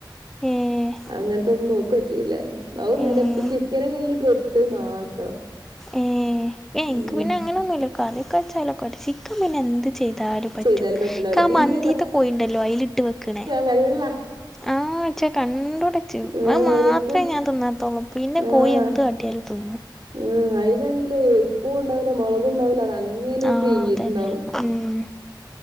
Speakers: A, in the centre; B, on the right.
A: ഏഹ്
B: അങ്ങനത്തെ ഒന്നും നോ പറ്റൂല അ നിനെപ്പ
A: ഏഹ്
B: ചിക്കനക്ക പൊരിച്ചത് മാത്രം
A: ഏഹ് എനിക്ക്
B: ഉം
A: പിന്നെ അങ്ങനെ ഒന്നുല്ല കറിയൊക്കെ വെച്ചാൽ ക്ക് പിന്നെ എന്ത് ചെയ്താലും പറ്റും
B: ചെയ്താലും പറ്റ്ണ്ടാവൂല
A: എക്ക
B: ബീഫ്
A: മന്തിത്തെ പോയിണ്ടല്ലോ അതിൽ ഇട്ട് വെക്കണേ
B: വെള്ളാ
A: ആഹ് ഇച്ചാ കണ്ടുകൂടെ ചെയ്യ
B: ആഹ്
A: അത് മാത്രമേ
B: ഒരുപ്പും
A: ഞാൻ തിന്ന പ്പ പിന്നെ
B: ആഹ്
A: കോഴി എന്ത് കാട്ടിയാലും തിന്നും
B: ആഹ് അയിലാണെങ്കിലേയ് ഉപ്പും ഉണ്ടാവില്ല മുളകും ഉണ്ടാവില്ല അത അങ്ങനെ
A: ആഹ്
B: പിഴിങ്ങിട്ടുണ്ടാവും
A: അതന്നെ ഉം